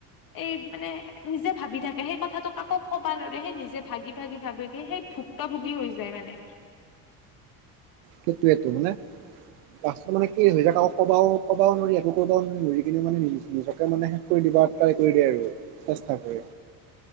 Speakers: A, on the left; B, on the right.
A: এই মানে নিজে ভাবি থাকে, সেই কথাটো কাকো ক'বা নৰে। সেই নিজে, ভাগি-ভাগি, ভাবি ভাগি সেই ভুক্তভুগী হৈ যায় মানে।
B: সেইটোৱেতো, মানে লাষ্টত মানে কি
A: উম
B: হৈ যায়, কাকো ক'বাও ক'বাও নৰি, একো কৰিবাও নৰি, নৰি কিনে মানে, নিজ নিজকে মানে শেষ কৰি দিবা ট্ৰাই কৰি দিয়ে আৰু। চেষ্টা কৰে।